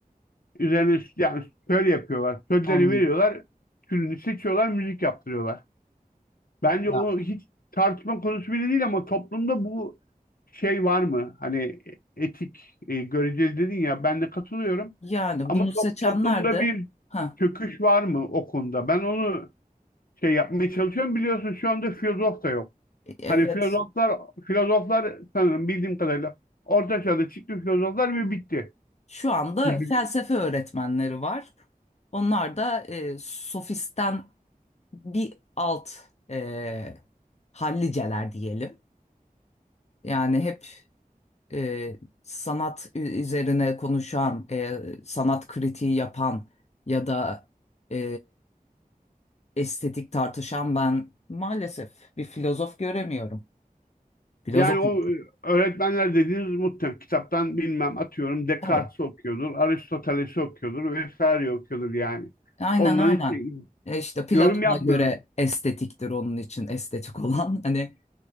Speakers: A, on the left (about 70°); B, on the left (about 45°).
A: üzerine yani şöyle yapıyorlar sözleri
B: Anladım.
A: veriyorlar türünü seçiyorlar müzik yaptırıyorlar. Bence
B: Ya.
A: o hiç tartışma konusu bile değil ama toplumda bu şey var mı? Hani etik e, göreceli dedin ya ben de katılıyorum
B: Yani
A: ama
B: bunu seçenler
A: to- toplumda
B: de
A: bir
B: ha
A: çöküş var mı o konuda? Ben onu şey yapmaya çalışıyorum. Biliyorsun şu anda filozof da yok.
B: e, evet
A: Hani filozoflar filozoflar sanırım bildiğim kadarıyla orta çağda çıktı filozoflar ve bitti.
B: Şu anda
A: <laughs>
B: felsefe öğretmenleri var. Onlar da e, sofisten bir alt e, halliceler diyelim. Yani hep e, sanat ü- üzerine konuşan, e, sanat kritiği yapan ya da e, estetik tartışan ben maalesef bir filozof göremiyorum. Filozof
A: Yani o
B: mu?
A: e, öğretmenler dediğiniz muhtemelen kitaptan bilmem atıyorum Descartes'i
B: Tabii.
A: okuyordur, Aristoteles'i okuyordur vesaire okuyordur yani.
B: Aynen
A: Onların
B: aynen.
A: işte
B: E işte Platon'a
A: yorum yapmıyoruz.
B: göre estetiktir onun için estetik olan. <laughs> Hani